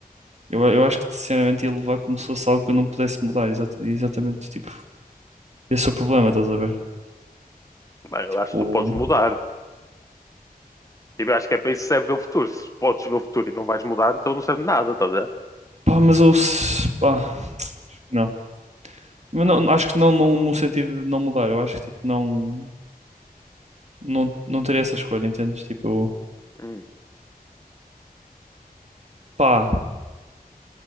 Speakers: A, on the right (about 45°); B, on the left (about 20°).
A: Eu, eu acho que, sinceramente, ele levar como se fosse algo que eu não pudesse mudar. exa- exatamente, tipo, esse é o problema, estás a ver?
B: Bem, eu
A: Tipo,
B: acho que tu podes mudar. Tipo, eu acho que é para isso que serve ver o futuro. Se podes ver o futuro e não vais mudar, então não serve de nada, estás a ver?
A: pá, mas eu. se- Pá, acho que não. Mas não, acho que não, não no sentido de não mudar. Eu acho que, tipo, não, não, não teria essa escolha, entendes? Tipo,
B: Hum.
A: pá.